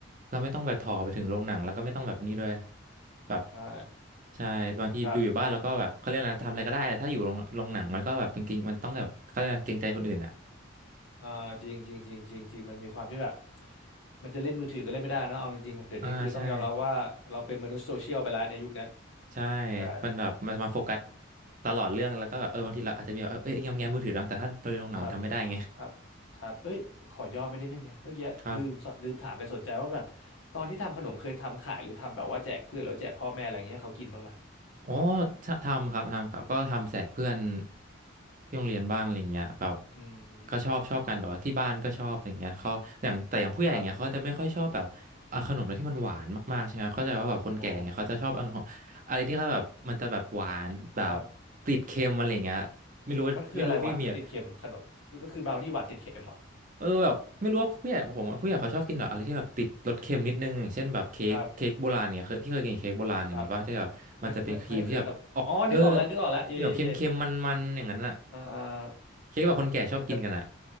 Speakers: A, on the right; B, on the left.
A: เราไม่ต้องแบบถอไปถึงโรงหนังแล้วก็ไม่ต้องแบบนี้ด้วยแบบ
B: ใช่
A: ใช่บางทีดูอยู่บ้านแล้วก็แบบเขาเรียกอะไรทำอะไรก็ได้ถ้าอยู่โรงโรงหนังมันก็แบบเป็นเกรงมันต้องแบบเขาเรียกอะไรเกรงใจคนอื่นอ่ะ
B: ครับ อ่าจริงจริงจริงจริงจริงมันมีความที่แบบมันจะเล่นมือถือก็เล่นไม่ได้นะเอาจริงๆเดี๋ยวนี้คือต้องยอมรับว่าเราเป็นมนุษย์โซเชียลไปแล้วในยุคเนี้ย
A: อ่าใช่ใช่
B: ใช่
A: มันแบบมันมาโฟกัสตลอดเรื่องแล้วก็แบบเออบางทีเราอาจจะมีแบบเออเอ้ยแง้มแง้มมือถือบ้างแต่ถ้าตอนโรงหนังมันทำไม่ได้ไง
B: อืมครับครับครับเอ้ยขอย่อไม่ได้นดนึงเนี่ยเมื่อกี้ลืมสลืมถามเลยสนใจว่าแบบตอนที่ทำขนมเคยทำขายหรือทำแบบว่าแจกเพื่อนแล้วแจกพ่อแม่อะไรอย่างเงี้ยให้เขากินบ้างไหม
A: ครับ อ๋อททำครับทำครับก็ทำแจกเพื่อนที่โรงเรียนบ้างอะไรเงี้ยแบบ
B: อื
A: ก็ชอบชอบกันแบบว่าที่บ้านก็ชอบอะไรเงี้ยเขาอย่างแต่อย่างผู้ใหญ่อย่างเงี้ยเขาจะไม่ค่อยชอบแบบเอาขนมอะไรที่มันหวานมากๆใช่ไหมเขาใจะว่าแบบคนแก่อย่างเงี้ยเขาจะชอบเอาของอะไรที่เขาแบบมันจะแบบหวานแบบติดเค็มอะไรเงี้ยไม่รู้ไม่รู้พี่เมีย
B: มครับอ๋อครับมันคืออะไรหวานติดเค็มขนมก็ก็คือบราวนี่หวานติดเค็มเหรอ
A: เออแบบไม่รู้ว่าผู้ใหญ่ผมว่าผู้ใหญ่เขาชอบกินแบบอะไรที่แบบติดรสเค็มนิดนึงอย่างเช่นแบบเค้กเค้กโบราณเนี่ยเคยพี่เคยกินเค้กโบราณอย่างเงี้ยป่ะที่แบบมันจะเป็นครีมที่แบบออกเออ
B: ครับครับไม่เคยไม่ไม่เคยครับอ๋อนึกออกแล้วนึกออกแล้วเย่เย่เย่
A: ที่แบบเค็มๆมันๆอย่างนั้นอะ
B: เอ่อ
A: เค้กแบบคนแก่ชอบกินกันอะ
B: มันจะ